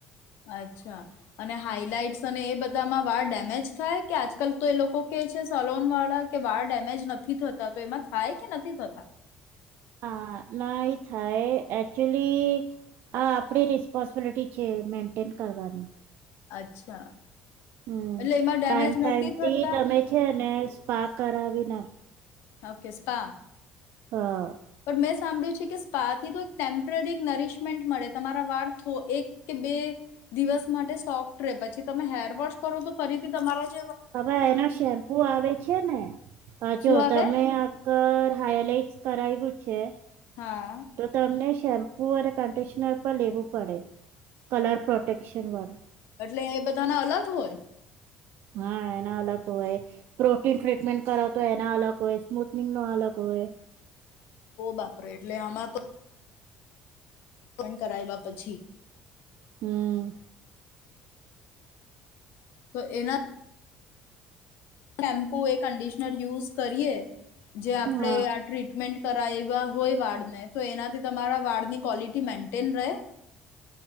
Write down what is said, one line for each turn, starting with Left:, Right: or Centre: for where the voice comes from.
Left: અચ્છા અને હાઈલાઈટ્સ અને એ બધામાં વાળ ડેમેજ થાય કે આજકાલ તો એ લોકો કે છે સલોનવાળા કે વાર ડેમેજ નથી થતા તો એમાં થાય કે નથી થતા
Right: હા ના એ થાય એકચુલી આ આપણી રિસ્પોન્સબિલિટી છે મેન્ટેન કરવાની
Left: અચ્છા
Right: હમ્મ
Left: એટલે એમાં ડેમેજ
Right: ટાઈમ ટાઈમ
Left: નથી થતા?
Right: થી તમે છે ને સ્પા કર વિના
Left: ઓકે સ્પા
Right: હા
Left: પણ મેં સાંભળ્યું છે કે સ્પા થી તો એક ટેમ્પરરી નરીશમેન્ટ મળે તમારા વાળ એક કે બે દિવસ માટે સોફ્ટ રહે પછી તમે હેર વોશ કરો તો ફરીથી તમારે
Right: હવે એનો શેમ્પુ આવે છે ને હ અ
Left: શું
Right: જો
Left: આવે?
Right: તમે આ કર હાઈલાઈટ કરાઈવું છે
Left: હા
Right: તો તમને શેમ્પુ અને કંડીશનર પર લેવું પડે કલર પ્રોટેશન વાળું
Left: એટલે એ બધા ના અલગ હોય
Right: હા એના અલગ હોય પ્રોટીન ટ્રીટમેન્ટ કરા તો એના અલગ હોય સ્મૂથનિંગ નો અલગ હોય
Left: ઓ બાપરે એટલે આમાં તો કરાવ્યા પછી
Right: હમ્મ
Left: તો એના શેમ્પુ એ કન્ડિશનર યુઝ કરીએ જે
Right: હા
Left: આપણેે આ ટ્રીટમેન્ટ કરાય એવી હોય વાળને તો એનાથી તમારા વાળની ક્વોલિટી મેન્ટેન રહે